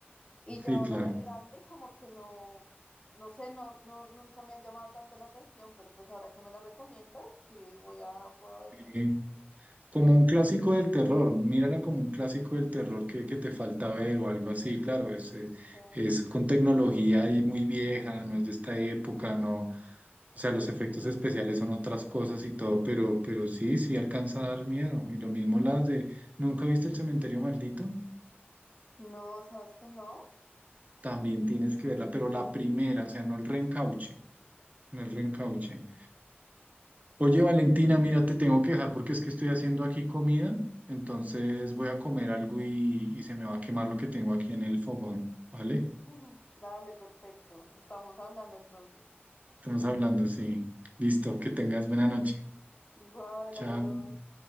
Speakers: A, on the left (about 30°); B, on the right (about 40°).
A: Y
B: Sí,
A: ya ahora
B: claro.
A: de grande como que no, no sé, no, no, nunca me ha llamado tanto la atención, pero pues ahora que me la recomiendas, sí, voy a, voy a vérmela.
B: Eh, Como un clásico del terror, mírala como un clásico del terror que, que te falta ver o algo así, claro, es, es,
A: Sí.
B: es con tecnología y muy vieja, no es de esta época, no, O sea, los efectos especiales son otras cosas y todo, pero, pero sí, sí alcanza a dar miedo. Y lo mismo las de, ¿nunca viste el cementerio maldito?
A: No, ¿sabes que no?
B: También tienes que verla, pero la primera, o sea, no el reencauche, no el reencauche. Oye, Valentina, mira, te tengo que dejar porque es que estoy haciendo aquí comida, entonces voy a comer algo y, y se me va a quemar lo que tengo aquí en el fogón, ¿vale?
A: <laughs> Dale, perfecto. Estamos hablando entonces.
B: Estamos hablando, sí. Listo, que tengas buena noche.
A: Igual,
B: Chao.
A: adiós.